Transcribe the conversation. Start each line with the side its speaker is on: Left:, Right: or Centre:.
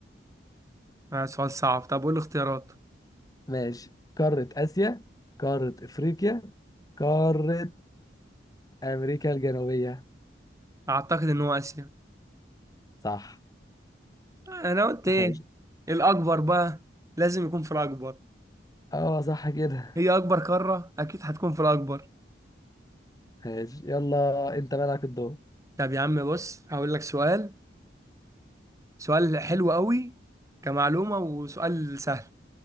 Right: آه، سؤال صعب طب قول الاختيارات
Left: ماشي قارة آسيا قارة إفريقيا قارة أمريكا الجنوبية
Right: اعتقد ان هو اسيا
Left: صح
Right: انا قلت ايه
Left: ماشي
Right: الاكبر بقى لازم يكون في الاكبر
Left: أه صح كده
Right: هي اكبر قارة اكيد هتكون في الاكبر
Left: ماشي يلا أنت مالك الدور
Right: طب يا عم بص هقول لك سؤال سؤال حلو قوي كمعلومة وسؤال سهل